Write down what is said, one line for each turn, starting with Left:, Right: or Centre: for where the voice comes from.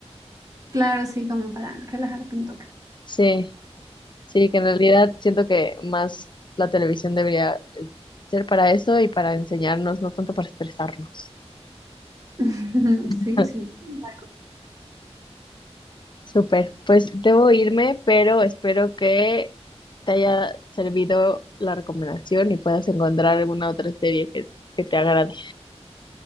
Right: Claro, sí, como para relajarte un toque.
Left: Sí. Sí, que en realidad siento que más la televisión debería eh, ser para eso y para enseñarnos, no tanto para estresarnos.
Right: <laughs>
Left: <laughs>
Right: Sí, sí, tal cual.
Left: Súper, pues debo irme, pero espero que te haya servido la recomendación y puedas encontrar alguna otra serie que, que te agrade.